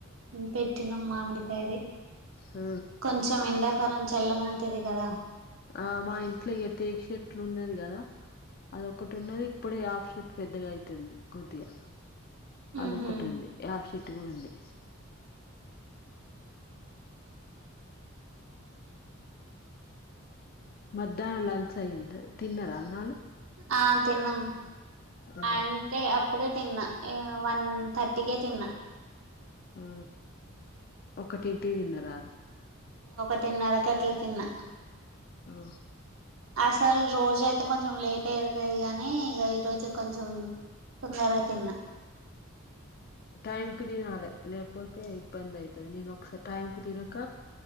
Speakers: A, on the right; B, on the left.
A: పెట్టినం మామిడికాయది
B: ఆ
A: కొంచెం ఎండాకాలం చల్లగా ఉంటది గదా
B: ఆ మా ఇంట్లో ఇక టేక్ చేట్లు ఉన్నది గదా అదొకటి ఉన్నది ఇప్పుడే యాప చెట్టు పెద్దగెతుంది కొద్దిగా అదొ
A: ఉహు
B: ఒకటి ఉంది యాప చెట్టు కూడా ఉంది మధ్యాహ్నం లంచ్ అయింద తిన్నరా అన్నాలు
A: ఆ తిన్నాం
B: ఆ
A: అ అంతే అప్ ఇప్పుడే తిన్న వన్ థర్టీకే తిన్న
B: ఆ ఒకటి టికీ తిన్నారా
A: ఒకటీన్నరకి అట్లా తిన్నా
B: ఆ
A: అసలు రోజు అయితే కొంచెం లేట్ అయింది గానీ ఇగా ఈ రోజే కొంచెం తొందరగా తిన్నా
B: టైం కు తినాలి లేకపోతే ఇబ్బంది అయితాది నేను ఒకసారి టైం కు తినక